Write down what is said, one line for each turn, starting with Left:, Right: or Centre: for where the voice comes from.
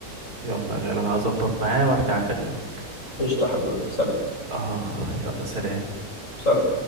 Right: يلا يا غالي انا هظبط معاه وارجع اكلمك
Left: قشطه يا حبيبي سلام
Right: اه يلا سلام
Left: سلام